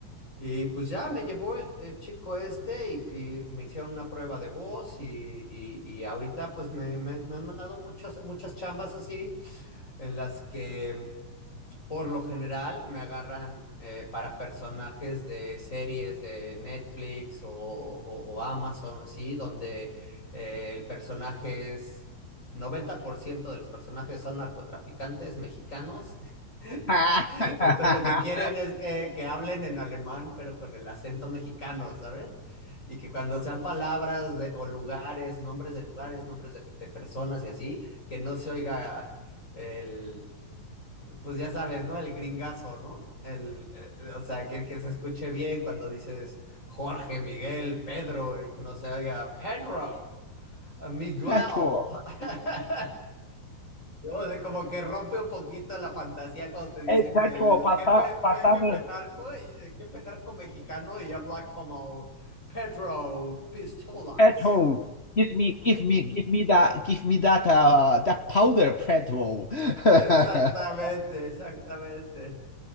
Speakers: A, on the left; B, on the left.
A: Y pues ya me llevó el, el chico este y, y me hicieron una prueba de voz y, y- y ahorita pues me, me- me han mandado muchas muchas chambas así en las que por lo general me agarran eh, para personajes de series de Netflix o, o- o Amazon así, donde eh, el personaje es, 90% de los personajes son narcotraficantes mexicanos
B: <laughs>
A: entonces lo que quieren es que, que hablen en alemán, pero con el acento mexicano, ¿sabes? Y que cuando sean palabras de- o lugares, nombres de lugares, nombres de, de personas y así, que no se oiga el, pues ya sabes, ¿no? El gringazo, ¿no? El, eh, o sea, que, que se escuche bien cuando dices Jorge, Miguel, Pedro, y que no se oiga Pedro, Miguel. <laughs>
B: petrol.
A: No, de como que rompe un poquito la fantasía cuando te dicen
B: Hey, petrol,
A: que el
B: pasa,
A: jefe,
B: pasame
A: fe- jefe narco, eh, el jefe narco mexicano y habla como Pedro Pistolas.
B: petrol. Give me, give me, give me that, give me that, uh, that powder, petrol. <laughs>
A: Exactamente, exactamente.